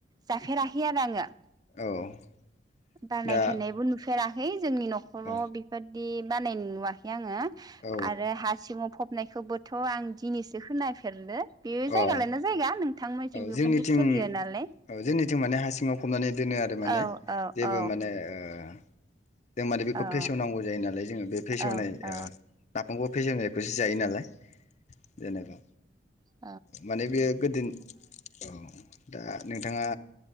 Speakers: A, on the right; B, on the left.
A: जाफेराखै आरो आङो
B: औ
A: बानायफेरनायबो
B: दा
A: नुफेर नुफेराखै जोंनि न'खराव
B: औ
A: बेबादि बानायनाय नुवाखै आङो
B: औ
A: आरो हासिङाव फबनाय खौबोथ' आं दिनैसो खोनाफेरदों बे
B: अ औ
A: जायगा लाना जायगा नोंथांमोनथिं बेबायदि
B: जोंनिथिं
A: सोलियो नालाय
B: औ जोंनिथिं माने हा सिङाव फबनानै दोनो आरो माने
A: औ
B: माने
A: औ
B: ओ जों माने बेखौ
A: औ
B: फेसेवनांगौ जायो नालाय जोङो बे फेसेवनाय
A: औ औ
B: ओ नाफामखौ फेसेवनायखौसो जायो नालाय जेनेबा
A: अ
B: माने बेयो गोदोनि औ दा नोंथाङा